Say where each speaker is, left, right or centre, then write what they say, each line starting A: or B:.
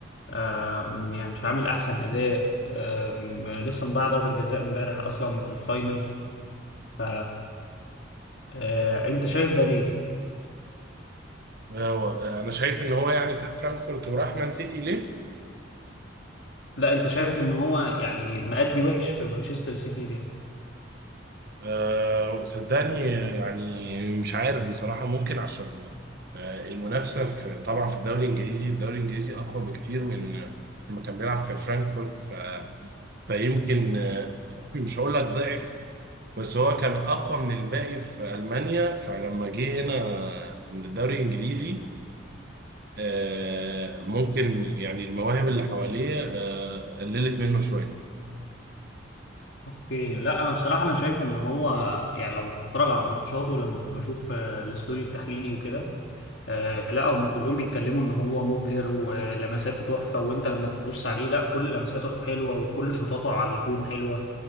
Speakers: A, on the left; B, on the right.
A: آم، يعني مش عامل احسن اداء آم، لسه مضيع ضربة جزاء امبارح اصلا في الفاينل ف آه، انت شايف ده ليه؟
B: هو انا شايف ان هو يعني ساب فرانكفورت وراح مان سيتي ليه
A: لا انت شايف ان هو يعني مأدي وحش في مانشستر سيتي ليه؟
B: آه وصدقني آه، يعني مش عارف بصراحة ممكن عشان آه المنافسة في طبعا في الدوري الانجليزي الدوري الانجليزي اقوى بكتير من آه، لما كان بيلعب في فرانكفورت ف فيمكن آه، <clears throat> مش هقول لك ضعف بس هو كان اقوى من الباقي في المانيا فلما جه هنا آه، الدوري الانجليزي آه، ممكن يعني المواهب اللي حواليه آه، قللت منه شوية
A: اوكي لا انا بصراحه انا شايف ان هو يعني لو بتفرج على ماتشاته لما بشوف آه، الاستوديو التحليلي وكده آه، لا هم كلهم بيتكلموا ان هو مبهر ولمساته تحفه وانت لما تبص عليه لا كل لمساته حلوه وكل شوطاته على الجون حلوه